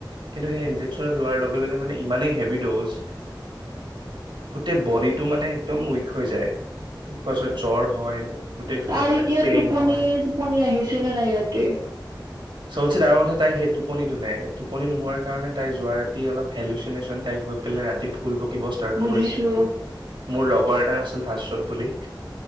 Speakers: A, on the right; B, on the right.
A: কিন্ত সেই ইনজেকচন তো লোৱাৰ লগে লগে ইমান সেভি ডউচ গোটেই বডিটো মানে, একদম উইক হৈ যায়। ওত পাছত জ্বৰ হয় গোটেই
B: তাই
A: মানে
B: এতিয়া
A: পেইন
B: টোপনি
A: হয়
B: চোপনি আহিছে নে নাই ৰাতি
A: চবচে ডাঙৰ কথা তাই সেই টোপনিটো নাই। টোপনি নোহোৱাৰ কাৰণে তাই যোৱা ৰাতি অলপ হচনেশ্যনাই হৈ পেলাই ৰাতি ভুল থিব ষ্টাৰ্ট
B: বুজিছো
A: কৰিছে। মোৰ লগৰ এটা আছিল ভাস্ত বুলি